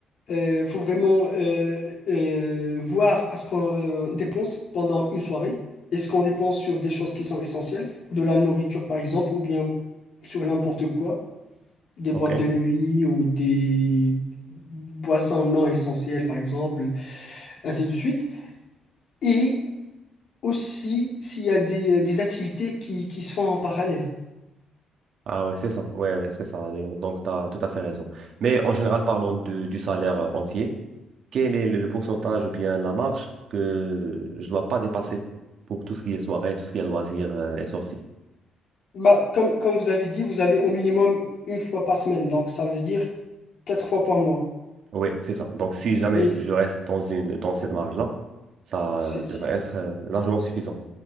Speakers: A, on the left; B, on the right.
A: il faut vraiment euh, euh, voir à ce qu'on euh, dépense pendant une soirée. Est-ce qu'on dépense sur des choses qui sont essentielles, de la nourriture par exemple, ou bien sur n'importe quoi, des
B: OK.
A: boîtes de nuit ou des boissons non essentielles par exemple. ainsi de suite. Et aussi s'il y a des, euh, des activités qui, qui se font en parallèle.
B: Ah ouais, c'est ça. Ouais, ouais, c'est ça. Et Donc, tu as tout à fait raison. Mais en général, parlons de- du salaire euh, entier. Quel est le le pourcentage ou bien la marge que je dois pas dépasser pour tout ce qui est soirée, tout ce qui est loisirs euh, et sorties?
A: Bah, comme, comme vous avez dit, vous avez au minimum une fois par semaine, donc ça veut dire quatre fois par mois.
B: Oui, c'est ça. Donc, si jamais
A: Et
B: je reste dans une, dans cette marge-là, ça
A: si, si-
B: devrait être euh, largement suffisant.